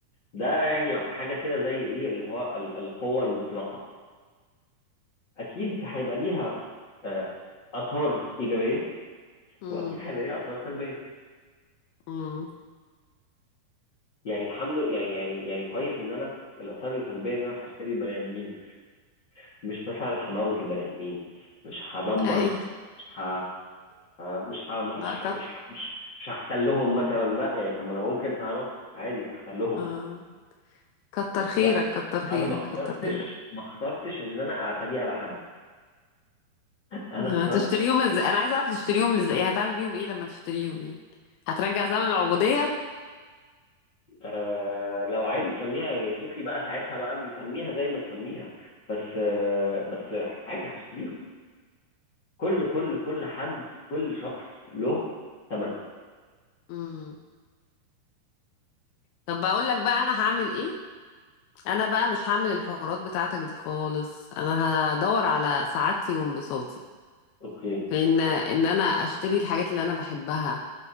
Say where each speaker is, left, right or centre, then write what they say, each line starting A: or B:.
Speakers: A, on the left; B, on the left.
A: ده يعني يعت- حاجة كده زي ايه اللي هو ال- القوة المطلقة اكيد هيبقى ليها آه، اثار ايجابية
B: امم
A: واكيد هيبقى ليها اثار سلبية
B: امم
A: يعني الحمد لله يعني يعني يعني كويس ان انا الاثار السلبيه ان انا هشتري البني ادمين مش مثلا هموت البني ادمين مش هدمر
B: اي
A: مش ه... مش ه... مش
B: لا كت...
A: ه... مش ه... مش مش هحتلهم مثلا لا يعني طب ما انا ممكن فاهمه عادي احتلهم
B: آه. كتر
A: بس
B: خيرك
A: لا
B: كتر خيرك
A: انا ما اخترتش
B: كتر خيرك
A: ما اخترتش ان انا اعتدي على حد انا اخترت
B: هتشتريهم ازاي انا عايزه اعرف تشتريهم ازاي يعني هتعمل بيهم ايه لما تشتريهم يعني هترجع زمن العبوديه
A: آه لو عايزه تسميها يعني صوفي بقى ساعتها بقى بيسميها زي ما تسميها بس آه بس عادي هشتريهم كل كل كل حد كل شخص له ثمن
B: امم طب بقول لك بقى انا هعمل ايه انا بقى مش هعمل الحوارات بتاعتك دي خالص انا هدور على سعادتي وانبساطي
A: اوكي
B: في ان ان انا اشتري الحاجات اللي انا بحبها